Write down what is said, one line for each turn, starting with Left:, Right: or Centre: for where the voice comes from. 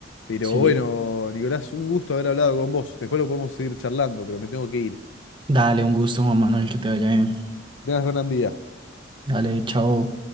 Left: Pero
Right: Sí,
Left: bueno, Nicolás, un gusto haber hablado con vos. Después lo podemos seguir charlando, pero me tengo que ir. Que
Right: dale, un gusto Juan Manuel, que te vaya bien.
Left: Tengas gran día.
Right: Dale, chao.